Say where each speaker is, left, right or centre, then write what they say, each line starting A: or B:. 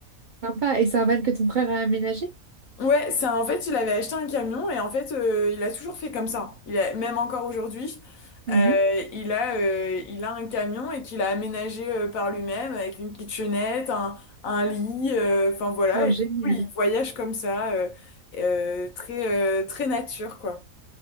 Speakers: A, on the right (about 90°); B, on the left (about 70°).
A: Sympa. Et c'est un van que ton frère a aménagé?
B: Ouais, ça, en fait, il avait acheté un camion et en fait, euh, il a toujours fait comme ça. Il a, même encore aujourd'hui,
A: Mhm.
B: euh, il a, euh, il a un camion et qu'il a aménagé euh, par lui-même avec une kitchenette, un, un lit, euh, enfin voilà.
A: Oh,
B: Et
A: génial.
B: du coup, il voyage comme ça, euh, euh, très, euh, très nature, quoi.